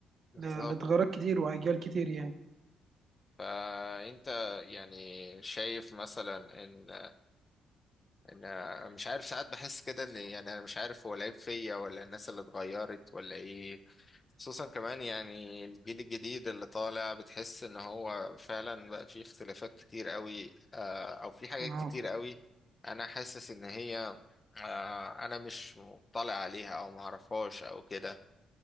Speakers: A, on the left (about 30°); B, on the right (about 50°).
A: بالظبط
B: ل- لتغيرات كتير واجيال كتير يعني
A: فانت يعني شايف مثلا ان ان انا مش عارف ساعات بحس كده ان يعني انا مش عارف هو العيب فيا ولا الناس اللي اتغيرت ولا ايه خصوصا كمان يعني الجيل الجديد اللي طالع بتحس ان هو فعلا بقى فيه اختلافات كتير قوي آه، او في حاجات
B: اه
A: كتير قوي انا حاسس ان هي آه، انا مش مطلع عليها او معرفهاش او كده